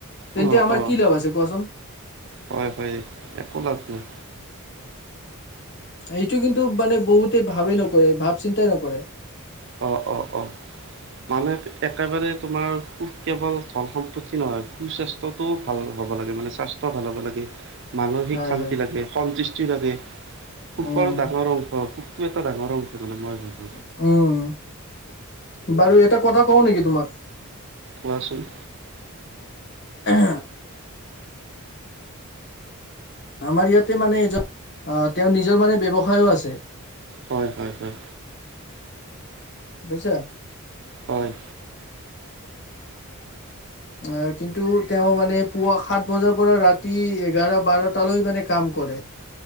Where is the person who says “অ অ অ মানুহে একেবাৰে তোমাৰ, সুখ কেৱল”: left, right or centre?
Right